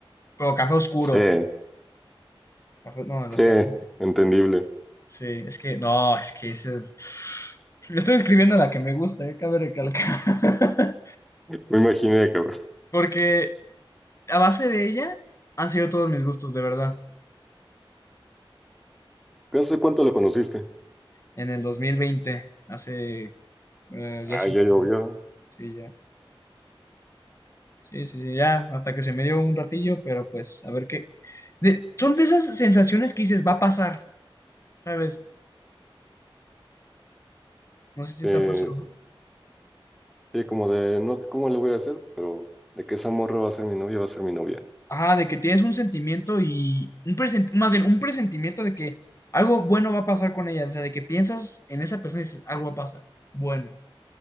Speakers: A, on the left; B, in the centre.
A: Pero café oscuro.
B: sí,
A: Café- no, los
B: sí,
A: cafés.
B: entendible.
A: Sí, es que no, es que ese es. Le estoy escribiendo la que me gusta, eh, cabe recalcar.
B: Me imaginé, cabrón.
A: <laughs> Porque a base de ella han sido todos mis gustos, de verdad.
B: ¿Qué hace cuánto la conociste?
A: En el 2020 hace eh,
B: Ah,
A: ya cinco-
B: ya llovió.
A: sí, ya. Sí, sí, sí, ya, hasta que se me dio un ratillo, pero pues, a ver qué. de- son de esas sensaciones que dices, va a pasar, ¿sabes? No sé si
B: Eh,
A: te ha pasado.
B: sí, como de, no sé cómo le voy a hacer, pero de que esa morra va a ser mi novia, va a ser mi novia.
A: Ajá, de que tienes un sentimiento y un presen- más bien un presentimiento de que algo bueno va a pasar con ella, o sea, de que piensas en esa persona y dices, algo va a pasar, bueno,